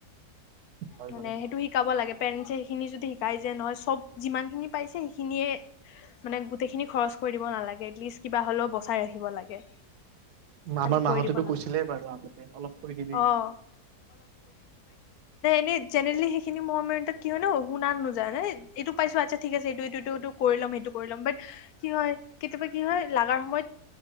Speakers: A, on the right; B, on the left.
A: হয়
B: মানে
A: বাৰু
B: সেইটো শিকাব লাগে পেৰেন্ছে সেইখিনি যদি শিকাই যে নহয় চব যিমানখিনি পাইছে সেইখিনিয়ে মানে গোটেইখিনি খৰচ কৰি দিব নালাগে এটলিষ্ট কিবা হ'লেও বচাই ৰাখিব লাগে। খালী
A: আমাৰ মা
B: কৰি
A: হতেও
B: দিব নালাগে
A: কৈছিলেই বাৰু আগতে অলপ থৈ দিবি
B: অ', ই জেনেৰেলি সেইখিনি মোৰ মানে কি হয় ন শুনা নোযায় ন এইটো পাইছো আচ্ছা ঠিক আছে এইটো এইটো এইটো এইটো কৰি ল'ম সেইটো কৰি ল'ম বাট কি হয় কেতিয়াবা কি হয় লাগাৰ সময়ত